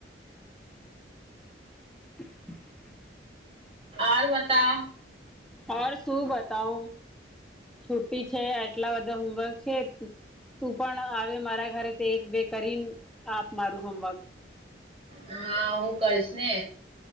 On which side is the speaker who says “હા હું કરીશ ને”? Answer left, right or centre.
Right